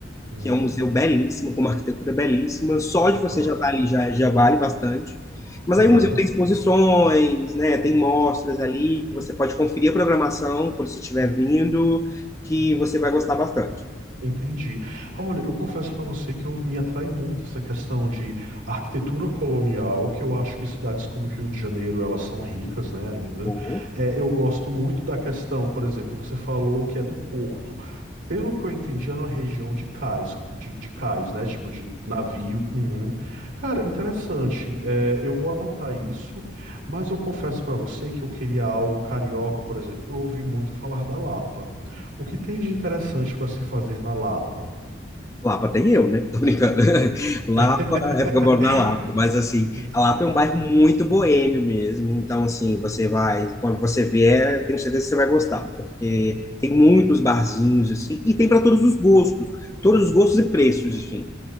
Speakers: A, on the right; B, on the left.
A: Hum.
B: que é um museu belíssimo, com uma arquitetura belíssima. Só de você
A: Aham.
B: já estar ali já, já vale bastante. Mas
A: Aham.
B: aí o museu tem exposições, né? Tem mostras ali, que você pode conferir a programação quando você estiver vindo, que você vai gostar bastante.
A: Entendi. Olha, eu confesso para você que eu me atrai muito essa questão de arquitetura colonial, que eu acho que cidades como Rio de Janeiro, elas são ricas, né, ainda.
B: Vou.
A: É, eu gosto muito da questão, por exemplo, você falou que é do Porto. Pelo que eu entendi, era uma região de cais, de, de cais, né, tipo de navio. Uhum. Cara, interessante. É, eu vou anotar isso, mas eu confesso para você que eu queria algo carioca, por exemplo. Eu ouvi muito falar da Lapa. O que tem de interessante para se fazer na Lapa?
B: Lapa tem eu, né? Tô brincando. <laughs> Lapa
A: <laughs>
B: é porque eu moro na Lapa, mas assim,
A: Sim,
B: a
A: sim.
B: Lapa é um bairro muito boêmio mesmo. Então, assim, você vai, quando você vier, tenho certeza que você vai gostar, porque tem muitos barzinhos, assim, e tem para todos os gostos, todos os gostos e preços, assim.